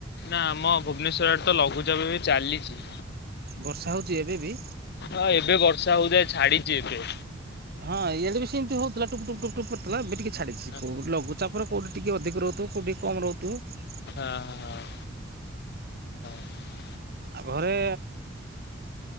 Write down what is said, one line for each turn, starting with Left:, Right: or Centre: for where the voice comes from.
Left: ନା ଆମ ଭୁବନେଶ୍ୱର ଆଡେ ତ ଲଘୁଚାପ ବି ଚାଲିଛି।
Right: ବର୍ଷା ହେଉଛି ଏବେ ବି?
Left: ହଁ ଏବେ ବର୍ଷା ହଉଥାଏ ଛାଡିଛି ଏବେ।
Right: ହଁ ଇଆଡେ ବି ସେମିତି ହଉଥିଲା ଟୁପୁ ଟୁପ ଟୁପୁ ପଡୁଥିଲା ଏବେ ଟିକେ ଛାଡିଛି
Left: ହଁ
Right: କୋଉ ଲଘୁଚାପରେ କୋଉଠି ଟିକେ ଅଧିକ ରହୁଥିବ କୋଉଠି ଟିକେ କମ ରହୁଥିବ।
Left: ହଁ ହଁ <unintelligible>
Right: ଆଉ ଘରେ